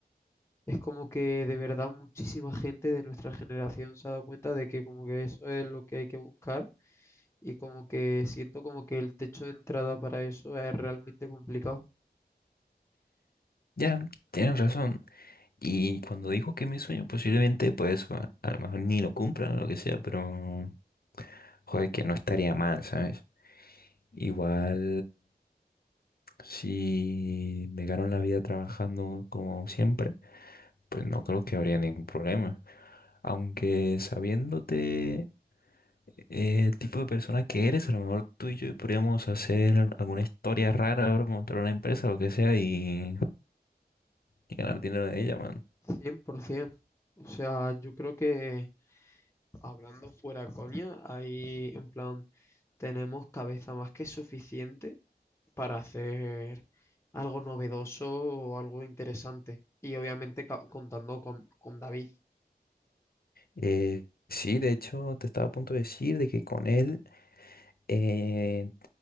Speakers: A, on the left; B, on the left.
A: es como que de verdad muchísima gente de nuestra generación se ha dado cuenta de que como que eso es lo que hay que buscar y como que siento como que el techo de entrada para eso es realmente complicado.
B: Ya, tienes razón. Y cuando digo que mi sueño, posiblemente, pues a, a lo mejor ni lo cumplan o lo que sea, pero joder, que no estaría mal, ¿sabes? Igual. Si me gano la vida trabajando como siempre, pues no creo que habría ningún problema. Aunque sabiéndote eh, el tipo de persona que eres, a lo mejor tú y yo podríamos hacer alguna historia rara, bro, montar una empresa, lo que sea, y, y ganar dinero de ella, man.
A: 100%. O sea, yo creo que hablando fuera coña, ahí en plan tenemos cabeza más que suficiente para hacer algo novedoso o algo interesante. Y obviamente ca- contando con, con David.
B: Eh, sí, de hecho, te estaba a punto de decir de que con él eh,